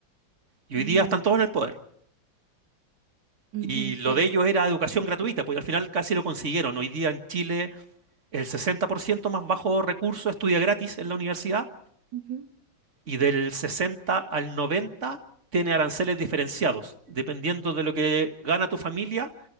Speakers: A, on the right (about 40°); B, on the right (about 60°).
A: Y hoy
B: Mm,
A: día están todos en el poder.
B: ujú,
A: Y lo
B: Pero,
A: de ellos era educación gratuita, pues al final casi lo consiguieron. Hoy día en Chile el 60% más bajo recurso estudia gratis en la universidad
B: ujú,
A: y del 60 al 90 tiene aranceles diferenciados. Dependiendo de lo que gana tu familia,